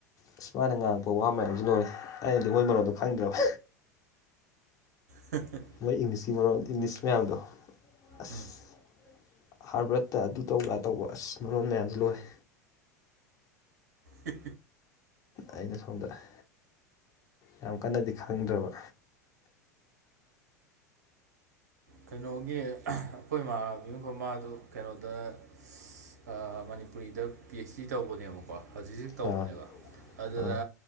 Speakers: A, on the left; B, on the right.
A: ꯑꯁ ꯃꯥꯅ ꯉꯥꯡꯉꯛꯄ ꯋꯥ ꯃꯌꯥꯝꯁꯤ ꯂꯣꯏꯔꯦ ꯑꯩꯅꯗꯤ ꯃꯣꯏ ꯃꯔꯣꯟꯗꯣ ꯈꯪꯗ꯭ꯔꯕ
B: ꯍꯍꯥ
A: ꯃꯣꯏ ꯏꯪꯂꯤꯁꯀꯤ ꯃꯔꯣꯟ ꯏꯪꯂꯤꯁ ꯃꯌꯥꯝꯗꯣ ꯑꯁ
B: ꯎꯝ
A: ꯍꯥꯔꯕꯔꯠꯇ ꯑꯗꯨ ꯇꯧ ꯑꯗꯥ ꯇꯧꯕ ꯑꯁ ꯃꯔꯣꯟ ꯃꯌꯥꯝꯁꯤ ꯂꯣꯏꯔꯦ
B: ꯍꯤꯍꯤ
A: ꯑꯩꯅ ꯁꯣꯝꯗ ꯑꯍ ꯌꯥꯝ ꯀꯟꯅꯗꯤ ꯈꯪꯗ꯭ꯔꯕ
B: ꯀꯩꯅꯣꯒꯤ ꯑꯩꯈꯣꯏ ꯏꯃꯥꯕꯤ ꯑꯃ ꯈꯃꯗꯨ ꯀꯩꯅꯣꯗ ꯑꯁ ꯃꯅꯤꯄꯨꯔꯤꯗ ꯄꯤ ꯑꯩꯆ ꯗꯤ ꯇꯧꯕꯅꯦꯕꯀꯣ ꯍꯧꯖꯤꯛ ꯍꯧꯖꯤꯛ ꯇꯧꯕꯅꯦꯕ
A: ꯑꯥ
B: ꯑꯗꯨꯗ
A: ꯑꯥ